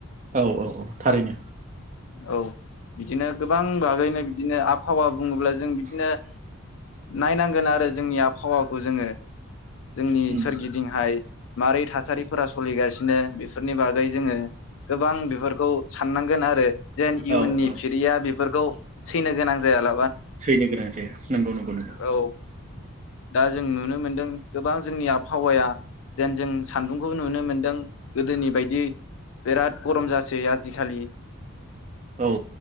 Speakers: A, on the right (about 35°); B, on the left (about 65°).
A: औ औ औ थारैनो।
B: औ बिदिनो गोबां बागैनो बिदिनो आबहावा बुंङोब्ला जों बिदिनो नायनांगोन आरो जोंनि आब। हावाखौ जोंङो। जोंनि
A: उम
B: सोरगिदिंहाय मारै थासारिफोरा। सलिगासिनो बेफोरनि बागै जोंङो गोबां बेफोरखौ साननांगोन आरो। जेन इयुननि
A: औ औ
B: फिरिया बेफोरखौ। सैनो गोनां जायाल।
A: सैनो गोनां जाया नंगौ नंगौ नंगौ।
B: औ दा जों। नुनो मोनदों गोबां जोंनि आबहावाया जेन जों सान्दुंखौ नुनो मोन्दों गोदोनि बायदि बिराद गरम जासै आजि-खालि।
A: औ